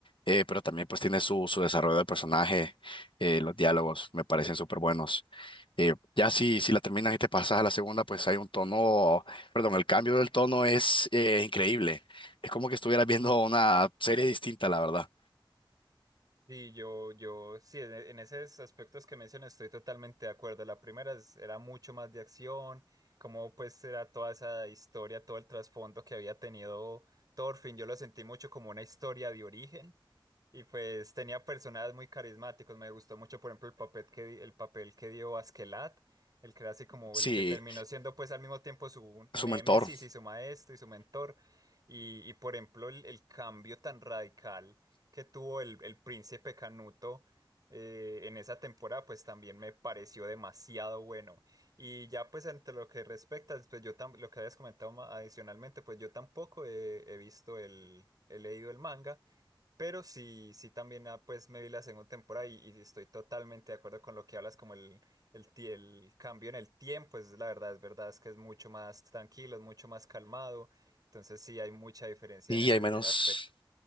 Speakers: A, on the left; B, on the right.
A: eh, pero también pues tiene su, su desarrollo de personaje, eh, los diálogos me parecen súper buenos. Eh, ya si, si la terminas y te pasas a la segunda, pues hay un tono, perdón, el cambio del tono es eh, increíble. Es como que estuvieras viendo una serie distinta, la verdad.
B: Y yo, yo, sí, en, e, en esos aspectos que mencionas estoy totalmente de acuerdo. La primera es- era mucho más de acción, como pues era toda esa historia, todo el trasfondo que había tenido Thorfinn. Yo lo sentí mucho como una historia de origen y pues tenía personajes muy carismáticos. Me gustó mucho, por ejemplo, el papel que, di- el papel que dio Askelat, el que era así como
A: Sí,
B: el que terminó siendo pues al mismo tiempo su némesis
A: su mentor.
B: y su maestro y su mentor. Y, y por ejemplo, el el cambio tan radical que tuvo el, el príncipe Canuto eh, en esa temporada, pues también me pareció demasiado bueno. Y ya pues entre lo que respecta, pues yo tam- lo que habías comentado ma- adicionalmente, pues yo tampoco he, he visto el, he leído el manga, pero sí, sí también ah, pues me vi la segunda temporada y, y estoy totalmente de acuerdo con lo que hablas, como el, el, ti- el cambio en el tiempo, es la verdad, es verdad, es que es mucho más tranquilo, es mucho más calmado, entonces sí hay mucha diferencia
A: y
B: en ese
A: hay menos,
B: aspecto.